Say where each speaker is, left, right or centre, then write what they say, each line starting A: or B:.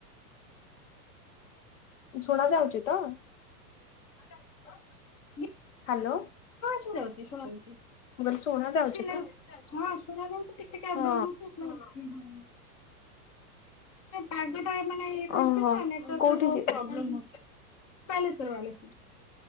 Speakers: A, on the left; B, on the left.
A: ଶୁଣା ଯାଉଚି ତ?
B: ଆଉ ଜାଉଚି ତ।
A: ହାଲୋ।
B: ଶୁଣାଯାଉଚି ଶୁଣାଯାଉଚି।
A: ମୁଁ କହିଲି ଶୁଣା ଯାଉଛି
B: ଟିକେ ନାଗୁ
A: ତ?
B: ହଁ ଶୁଣା ଯାଉଚି ଠିକ୍ ଠିକ୍ ଆବେଲେମେ
A: ହଁ
B: ହଉଛି ଆଉ। ଘଟିବନି ଏ ପାଗଟା ତା ମାନେ ଇଏ କରଛିନା
A: ଓହୋ
B: ନେଟୱାର୍କ
A: କୋଉଠିକି
B: ରେ ବହୁତ ପ୍ରୋବ୍ଲେମ ହୋଉଛି ବାଲେଶ୍ୱର ବାଲେଶ୍ୱର।